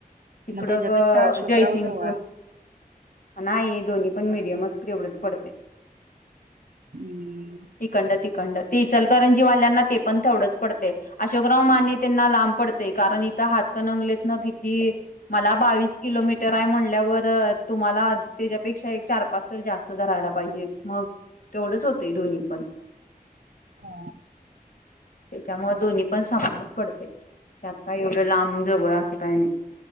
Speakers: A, on the left; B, on the right.
A: तिकडं
B: मग त्याच्यापेक्षा
A: ग
B: अशोकराव
A: जयसिंगपूर
B: जवळ
A: नाही दोन्ही पण मडियम असत एवढच पडते
B: हम्म
A: इकड तिकडं करंजीवाल्यांना ते पण तेवढंच पडतय अशोकराव माने त्यांना लांब पडतेय कारण इथं हातकनंगले क <unintelligible> मला बावीस किलोमीटर म्हणल्यावर तुम्हाला तेज्यापेक्षा चार पाच तरी जास्त धरायला पाहिजेत मग तेवढंच होतय दोन्ही पण
B: हा
A: त्याच्यामुळे दोन्ही पण समजच पडते त्यात काय एवढं लांब जवळ असं काही नाही